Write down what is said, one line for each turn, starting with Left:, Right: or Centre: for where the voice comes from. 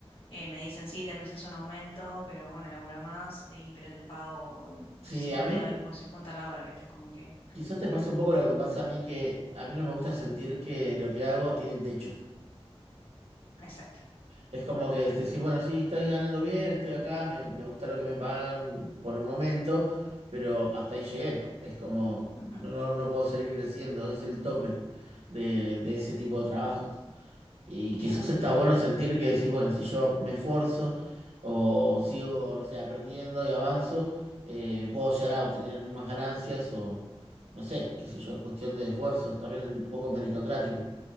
Left: eh, me dicen, sí, te mereces un aumento, pero bueno, labura más, y, pero te pago
Right: Sí,
Left: cinco
Right: a mí
Left: dólares con cincuenta la hora, ¿viste? Es como que,
Right: quizás te pasa un poco lo que me pasa a mí, que a mí no me gusta sentir que lo que hago tiene techo.
Left: exacto.
Right: Es como que decís, "Sí, bueno, sí, estoy ganando bien, estoy acá, me, me gusta lo que me pagan por el momento, pero hasta ahí llegué. Es como,
Left: Ujú,
Right: no, no no puedo seguir creciendo, es el tope de, de ese tipo de trabajos. Y
Left: claro,
Right: quizás está bueno sentir que decís, bueno, si yo me esfuerzo o sigo, no sé, aprendiendo y avanzo, eh, puedo llegar a obtener más ganancias o, no sé, qué sé yo, es cuestión de esfuerzos, también un poco meritocrático.